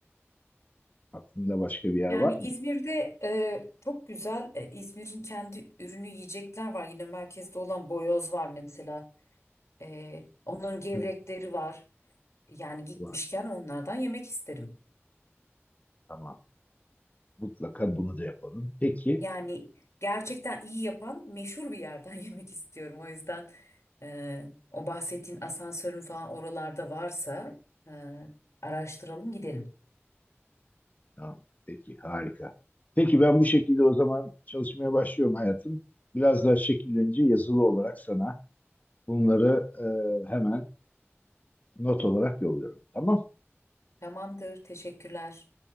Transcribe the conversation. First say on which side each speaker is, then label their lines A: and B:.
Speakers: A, on the left (about 35°); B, on the left (about 85°).
A: Aklında başka bir yer
B: Yani
A: var
B: İzmir'de
A: mı?
B: e, çok güzel e, İzmir'in kendi ürünü yiyecekler var. Yine merkezde olan boyoz var mesela. E, onların gevrekleri
A: Hı hı.
B: var. Yani gitmişken
A: Var.
B: onlardan yemek isterim.
A: Tamam. Mutlaka bunu da yapalım. Peki.
B: Yani gerçekten iyi yapan meşhur bir yerden <laughs> yemek istiyorum. O yüzden e, o bahsettiğin asansörün falan oralarda varsa e, araştıralım gidelim.
A: Tamam. Peki. Harika. Peki ben bu şekilde o zaman çalışmaya başlıyorum hayatım. Biraz daha şekillenince yazılı olarak sana bunları e, hemen not olarak yolluyorum. Tamam.
B: Tamamdır. Teşekkürler.